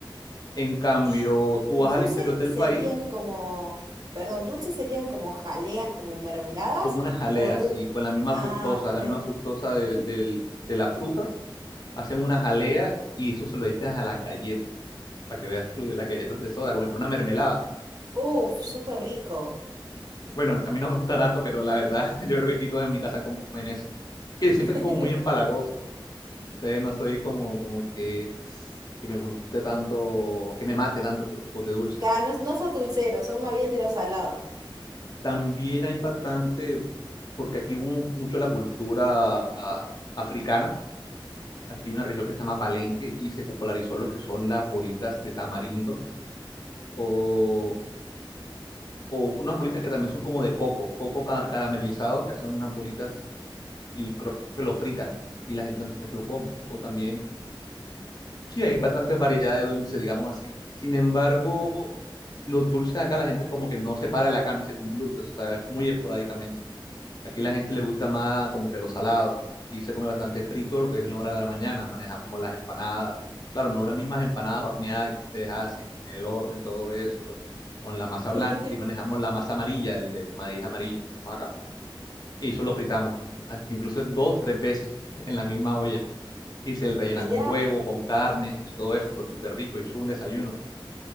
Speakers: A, on the left; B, on the right.
A: En cambio,
B: Y
A: tú
B: dulces
A: vas al interior del
B: serían
A: país
B: como, perdón, dulces serían como jaleas, como mermeladas
A: como una jalea
B: o du...
A: así, con la misma
B: Ah,
A: fructosa,
B: ok.
A: la misma fructosa del- del- de la fruta, hacen una jalea y eso se lo echas a las galletas, para que veas tú, las galletas de soda, como si fuera una mermelada.
B: Uf, súper rico.
A: Bueno, a mí no me gusta tanto, pero la verdad, <laughs> yo creo que quito en mi casa como en eso. Que
B: <laughs>
A: yo siento que es como muy empalagoso, entonces no soy como, como que, que me guste tanto, que me mate tanto esos tipos de dulces.
B: Ca- no, no sos dulcero, son más bien de lo salado.
A: También hay bastante, porque aquí hubo mucho la cultura ah, africana aquí hay una región que se llama Palenque y se popularizó lo que son las bolitas de tamarindo o, o unas bolitas que también son como de coco, coco car- caramelizado, que hacen unas bolitas y creo que lo fritan y la gente también se lo come. O también, sí, hay bastantes variedades de dulce, digamos así. Sin embargo, los dulces acá la gente como que no separa la cama y se come un dulce, o sea, es muy esporádicamente. Aquí la gente le gusta más como que lo salado y se come bastante frito, lo que es en la hora de la mañana. Manejamos las empanadas. Claro, no las mismas empanadas horneadas que ustedes hacen en el horno y todo eso, con la, con la masa blanca.
B: <laughs>
A: Aquí manejamos la masa amarilla, el del maíz amarillo que tenemos acá. Y eso lo fritamos, hasta incluso dos, tres veces <laughs> en la misma olla. Y se le rellena
B: Mirá,
A: con huevo, con carne y todo eso, pero súper rico. Y eso es un desayuno.